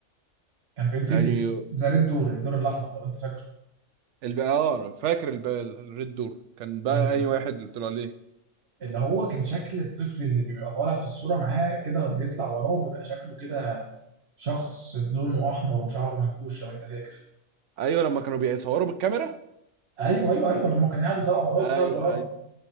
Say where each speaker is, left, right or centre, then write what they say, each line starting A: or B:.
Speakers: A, on the right; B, on the right.
A: كان في انسيديوس
B: يعني
A: ذا ريد دور الدور الاحمر لو انت فاكره
B: الب... اه فاكر الب... الريد دور كان بقى
A: ايوه
B: انهي
A: ايوه
B: واحد اللي طلع عليه
A: اللي هو كان شكل الطفل اللي بيبقى طالع في الصوره معاه كده بيطلع وراه بيبقى شكله كده شخص لونه احمر وشعره منكوش لو انت فاكر
B: ايوه لما كانوا بيصوروا بالكاميرا
A: ايوه ايوه ايوه لما كان قاعد وطلع وراه
B: ايوه
A: ظهر وراه
B: ايوه